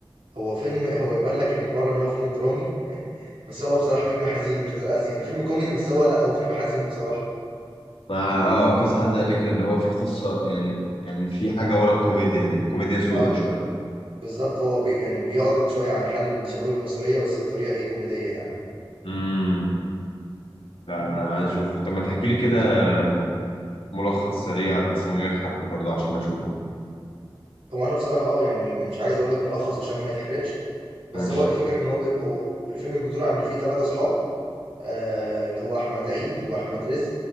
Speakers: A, on the right; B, on the left.
A: هو فيلم هو يبان لك من بره ان هو فيلم درامي بس هو بصراحه فيلم حزين مش ده قصدي، يعني فيلم كوميدي بس هو لا هو فيلم حزين بصراحه
B: مع اه كذا حد قال لي كده ان هو في قصه يعني يعني في حاجه ورا الكوميديا دي كوميديا سودا
A: اه بالظبط هو بي يعني بيعرض شويه عن حال الشباب المصريه بس بطريقه ايه كوميديه يعني
B: شويه لا انا عايز اشوفه طب ما تحكي لي كده ملخص سريع بس من غير حرق برضه عشان اشوفه
A: هو انا بصراحه اه يعني مش عايز اقول لك ملخص عشان ما يتحرقش بس
B: ماشي
A: هو الفكرة ان هو بيبقوا الفيلم بيدور عن ان في ثلاثة اصحاب آه اللي هو احمد عيد واحمد رزق